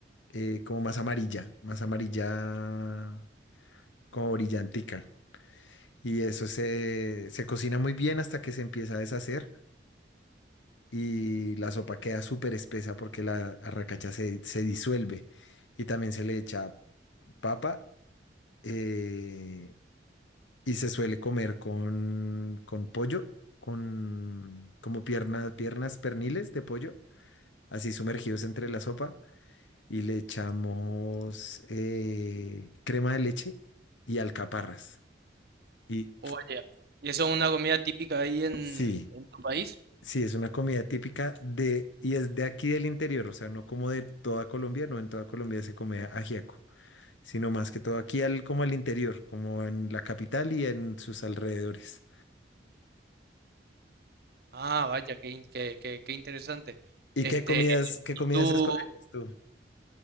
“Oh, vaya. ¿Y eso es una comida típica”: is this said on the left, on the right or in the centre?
Right